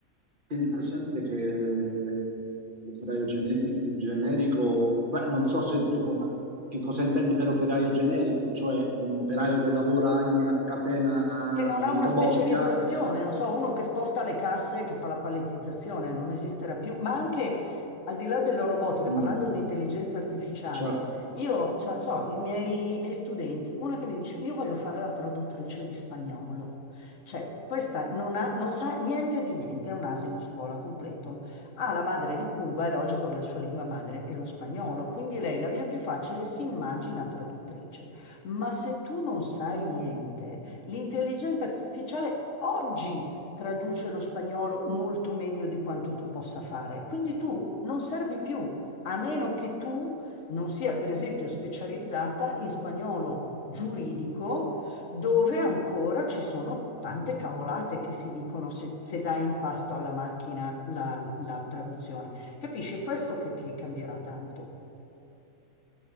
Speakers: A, on the right; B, on the left.
A: tieni presente che l'operaio gene- generico, beh, non so se, che cosa intendi per operaio generico, cioè un operaio che lavora in una catena
B: che non
A: di
B: ha una
A: robotica,
B: specializzazione,
A: eh,
B: non so, uno che sposta le casse, che fa la palettizzazione, non esisterà più, ma anche al di là della robotica,
A: mm,
B: parlando di intelligenza artificiale,
A: cioè,
B: io, cioè, non so, i miei, i miei studenti, una che mi dice, io voglio fare la traduttrice di spagnolo, cioè, questa non ha, non sa niente di niente, è un asino a scuola completo, ha la madre di Cuba, è logico che la sua lingua madre è lo spagnolo, quindi lei la via più facile si immagina traduttrice, ma se tu non sai niente... L'intelligenza artificiale oggi traduce lo spagnolo molto meglio di quanto tu possa fare, quindi tu non servi più, a meno che tu non sia, per esempio, specializzata in spagnolo giuridico, dove ancora ci sono tante cavolate che si dicono se, se dai in pasto alla macchina la, la traduzione. Capisci? È questo che, che cambierà tanto.